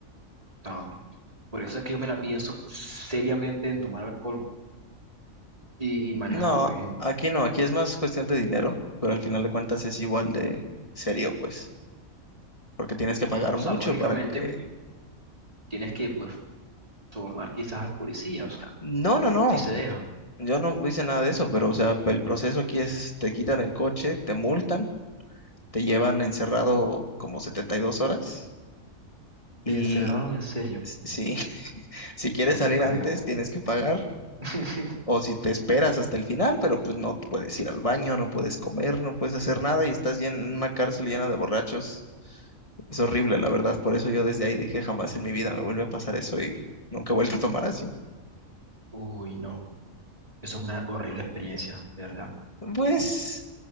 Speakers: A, on the right; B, on the left.
A: O sea, por eso es que yo me la pienso seriamente en tomar alcohol y, y manejar,
B: No,
A: por ejemplo.
B: aquí no, aquí es más cuestión de dinero, pero al final de cuentas es igual de serio, pues, porque tienes que pagar
A: O
B: mucho
A: sea, lógicamente
B: para que...
A: tienes que, pues, sobornar quizás al policía, o sea,
B: No, no, no.
A: si se dejan.
B: Yo no hice nada de eso, pero o sea, el proceso aquí es, te quitan el coche, te multan, te llevan encerrado como 72 horas y
A: Te encerraron en serio,
B: s- sí, <laughs> si quieres
A: no
B: salir
A: te creo.
B: antes tienes que pagar
A: <laughs>
B: o si te esperas hasta el final, pero pues no puedes ir al baño, no puedes comer, no puedes hacer nada y estás llen- en una cárcel llena de borrachos. Es horrible, la verdad, por eso yo desde ahí dije jamás en mi vida me vuelve a pasar eso y nunca he vuelto a tomar así.
A: Uy, no. Eso es una horrible experiencia, de verdad.
B: Pues,